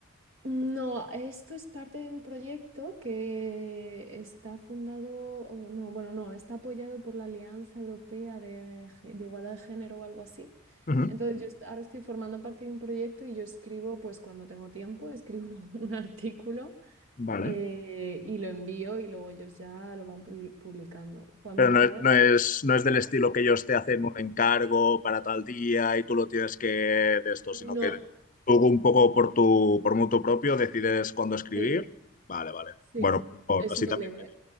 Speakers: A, on the right; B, on the left.
A: No, esto es parte de un proyecto que está fundado, o no, bueno, no, está apoyado por la Alianza Europea de, Gé- de Igualdad de Género o algo así.
B: Ujú.
A: Entonces, yo est- ahora estoy formando parte de un proyecto y yo escribo, pues cuando tengo tiempo, escribo <laughs> un artículo
B: Vale.
A: eh, y lo envío y luego ellos ya lo van pu- publicando. Cuando
B: Pero
A: acabe,
B: no, es, no es no es del estilo
A: ¿no?
B: que ellos te hacen un encargo para tal día y tú lo tienes que de esto, sino
A: No,
B: que tú un poco por tu, por mutuo propio decides cuándo escribir.
A: sí,
B: Vale, vale.
A: sí,
B: Bueno, pues mejor.
A: es
B: Así
A: súper
B: también
A: libre.